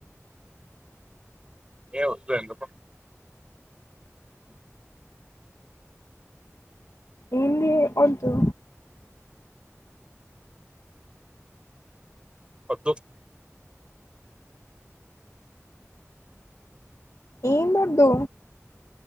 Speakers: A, on the right; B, on the left.
A: ఏ ఒద్దులే ఎందుకు
B: ఏందింది ఒద్దు
A: ఒద్దు
B: ఏందోద్దు